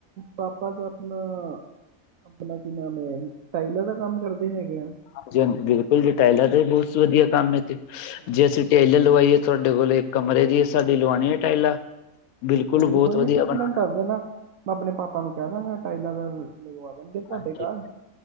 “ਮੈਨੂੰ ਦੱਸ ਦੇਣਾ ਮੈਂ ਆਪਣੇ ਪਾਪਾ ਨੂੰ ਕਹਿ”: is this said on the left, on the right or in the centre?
Right